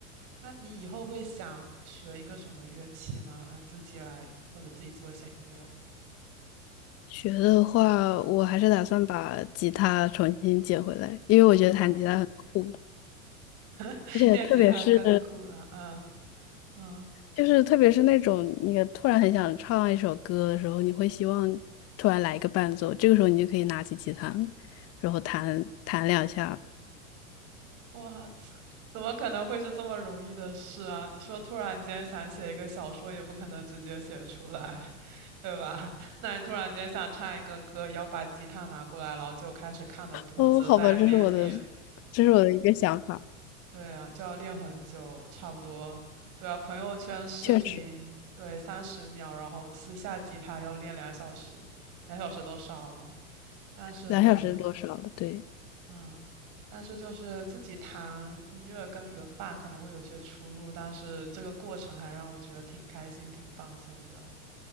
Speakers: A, on the right; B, on the left.
A: 那你以后会想学一个什么乐器吗？让自己来或者自己做一些音乐？
B: 学的话，我还是打算把吉他重新捡回来，
A: 嗯
B: 因为我觉得弹吉他很酷，
A: 嗯，<laughs>
B: 而且特别是
A: 电吉他更酷了，啊啊！
B: 就是特别是那种你突然很想唱一首歌的时候，你会希望突然来一个伴奏，这个时候你就可以拿起吉他，然后弹弹两下。
A: 哇，<laughs> 怎么可能会是这么容易的事啊？你说突然间想写一个小说，也不可能直接写出来，<laughs> 对吧？<laughs> 那你突然间想唱一个歌，要把吉他拿过来，然后就开始看的谱子在那边练，
B: 哦，好吧，这是我的，这是我的一个想法，
A: 对啊，就要练很久，差不多。对啊，朋友圈视频，
B: 确实，
A: 对，三十秒，然后私下吉他要练两小时，两小时都少了。但是对，
B: 两小时多少了，对，
A: 嗯，但是就是自己弹音乐跟原版可能会有些出入，但是这个过程还让我觉得挺开心、挺放松的。